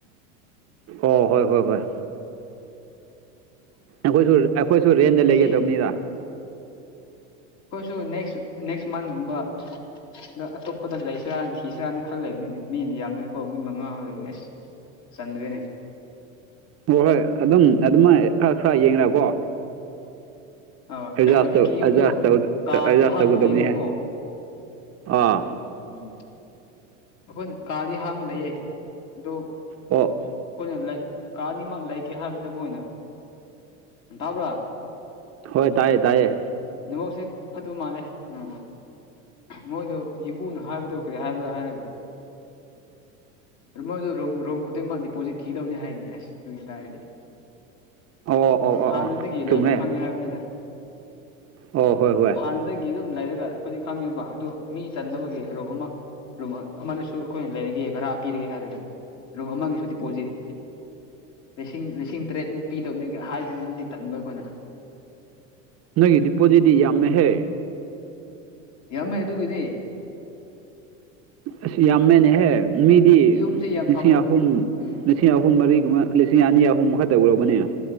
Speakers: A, on the right; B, on the left.
A: ꯑꯣ ꯍꯣꯏ ꯍꯣꯏ ꯍꯣꯏ ꯑꯩꯈꯣꯏꯁꯨ ꯑꯩꯈꯣꯏꯁꯨ ꯔꯦꯟꯗ ꯂꯩꯒꯗꯕꯅꯤꯗ
B: ꯁꯤ ꯑꯩꯈꯣꯏꯁꯨ ꯅꯦꯛꯁ ꯅꯦꯛꯁ ꯃꯟꯀꯨꯝꯕ ꯑꯗ ꯑꯇꯣꯞꯄꯗ ꯂꯩꯁꯤ꯭ꯔꯥꯅ ꯊꯤꯤꯁꯔꯥꯅ ꯈꯜ ꯂꯩꯕꯅꯤꯅꯦ ꯃꯤꯅ ꯌꯥꯝꯃꯒꯀꯣ ꯃꯤ ꯃꯉꯥ ꯂꯩꯕ ꯑꯁ ꯆꯟꯗꯔꯦꯅꯦ
A: ꯍꯣꯏ ꯍꯣꯏ ꯑꯗꯨꯝ ꯑꯗꯨꯃꯥꯏꯅ ꯈꯔ ꯈꯔ ꯌꯦꯡꯅꯀꯣ
B: ꯑꯥ
A: ꯑꯦ
B: ꯍꯧꯖꯤꯛꯀꯤ ꯌꯨꯝꯗꯣ
A: ꯑꯦꯖ
B: ꯀꯥꯗꯤ ꯍꯥꯡꯕ
A: ꯇꯧꯒꯗꯧꯕꯅꯤꯍ
B: ꯂꯩꯕꯀꯣ
A: ꯑꯥ
B: ꯎꯝ ꯑꯩꯈꯣꯏꯅ ꯀꯥꯗꯤ ꯍꯥꯡꯕ ꯂꯩꯌꯦ ꯑꯗꯨ
A: ꯑꯣ
B: ꯑꯩꯈꯣꯏꯅ ꯀꯅꯤꯃꯛ ꯂꯩꯒꯦ ꯍꯥꯏꯕꯗ ꯃꯣꯏꯅꯟ ꯇꯥꯕ꯭ꯔꯥ
A: ꯍꯣꯏ ꯇꯥꯏꯌꯦ ꯇꯥꯏꯌꯦ
B: ꯅꯦꯠꯋꯥꯛꯁꯦ ꯐꯠꯇꯕ ꯃꯥꯜꯂꯦ ꯎꯝ ꯎꯝ ꯃꯣꯏꯗꯣ ꯌꯨꯝꯕꯨꯅ ꯍꯥꯏꯕꯗꯣ ꯀꯔꯤ ꯍꯥꯏꯕ꯭ꯔꯥ ꯍꯥꯏꯔꯒ ꯑꯗꯨ ꯃꯣꯏꯗꯨ ꯔꯨꯝ ꯈꯨꯗꯤꯡꯃꯛ ꯗꯤꯄꯣꯖꯤꯠ ꯊꯤꯗꯕꯅꯤ ꯍꯥꯏꯅꯤ ꯑꯁ ꯑꯗꯨꯒꯤ ꯇꯔꯗꯤ
A: ꯑꯣ ꯑꯣ ꯑꯣ
B: ꯍꯥꯟꯅꯗꯒꯤ
A: ꯑꯣ ꯆꯨꯝꯃꯦ
B: ꯂꯩꯕ ꯈꯪꯉꯦ ꯍꯥꯏꯕꯅꯤꯅꯦ
A: ꯑꯣ ꯍꯣꯏ ꯍꯣꯏ
B: ꯍꯥꯟꯅꯗꯒꯤ ꯑꯗꯨꯝ ꯂꯩꯔꯒ ꯑꯩꯈꯣꯏꯗꯤ ꯈꯪꯉꯤꯕ ꯑꯗꯨ ꯃꯤ ꯆꯟꯅꯕꯒꯤ ꯔꯨꯝ ꯑꯃ ꯔꯨꯝ ꯑꯃꯗꯁꯨ ꯑꯩꯈꯣꯏꯅ ꯂꯩꯔꯒꯦ ꯚꯔꯥ ꯄꯤꯔꯒꯦ ꯍꯥꯏꯔꯒ ꯔꯨꯝ ꯑꯃꯒꯤꯁꯨ ꯗꯤꯄꯣꯖꯤꯠ ꯂꯤꯁꯤꯡ ꯂꯤꯁꯤꯡ ꯇꯔꯦꯠꯃꯨꯛ ꯄꯤꯗꯕꯅꯤꯒ ꯍꯥꯏꯗꯨꯗꯨꯗꯤ ꯇꯟꯕ ꯑꯩꯈꯣꯏꯅ
A: ꯅꯪꯒꯤꯗꯤ ꯗꯤꯄꯣꯖꯤꯠꯇꯤ ꯌꯥꯝꯃꯦꯍꯦ
B: ꯌꯥꯝꯃꯦ ꯑꯗꯨꯒꯤꯅꯦ
A: ꯑꯁꯤ ꯌꯥꯝꯃꯦꯅꯦꯍꯦ ꯃꯤꯗꯤ
B: ꯌꯨꯝꯁꯦ ꯌꯥꯝ
A: ꯂꯤꯁꯤꯡ
B: ꯐꯕ
A: ꯑꯍꯨꯝ
B: ꯎꯝ
A: ꯂꯤꯁꯤꯡ ꯑꯍꯨꯝ ꯃꯔꯤꯒꯨꯝꯕ ꯂꯤꯁꯤꯡ ꯑꯅꯤ ꯑꯍꯨꯝ ꯃꯈꯛꯇ ꯎꯔꯕꯅꯦ